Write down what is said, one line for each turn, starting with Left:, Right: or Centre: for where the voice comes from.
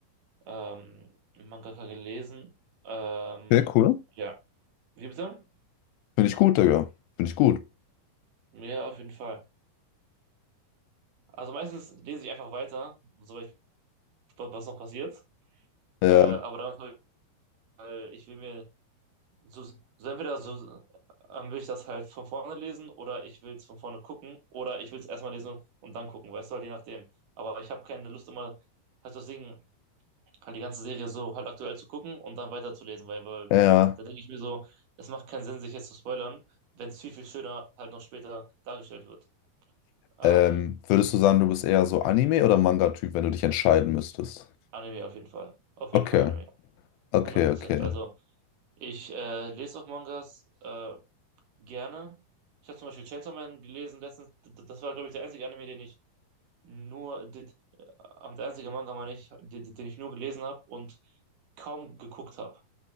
Right: ähm, Mangaka gelesen. Ähm,
Left: Sehr cool.
Right: ja, wie bitte?
Left: Finde ich gut, Digga. Finde ich gut.
Right: Ja, auf jeden Fall. Also meistens lese ich einfach weiter, soweit was noch passiert.
Left: Ja,
Right: Äh, aber
Left: ja.
Right: damit habe ich, weil ich will mir so, so entweder so ähm, will ich das halt von vorne lesen oder ich will es von vorne gucken oder ich will es erstmal lesen und dann gucken, weißt du, halt je nachdem. Aber ich habe keine Lust immer halt das Ding, halt die ganze Serie so halt aktuell zu gucken und dann weiterzulesen, weil, weil
Left: ja.
Right: da, da denke ich mir so, es macht keinen Sinn, sich jetzt zu spoilern, wenn es viel, viel schöner halt noch später dargestellt wird. Ähm,
Left: Ähm, würdest du sagen, du bist eher so Anime- oder Manga-Typ, wenn du dich entscheiden müsstest?
Right: Anime auf jeden Fall. Auf jeden
Left: Okay,
Right: Fall Anime.
Left: okay,
Right: 100
Left: okay.
Right: Prozent. Also ich äh, lese auch Mangas äh, gerne. Ich habe zum Beispiel Chainsaw Man gelesen letztens. D- d- Das war, glaube ich, der einzige Anime, den ich nur, d- am- der einzige Manga, meine ich, d- d- den ich nur gelesen habe und kaum geguckt habe.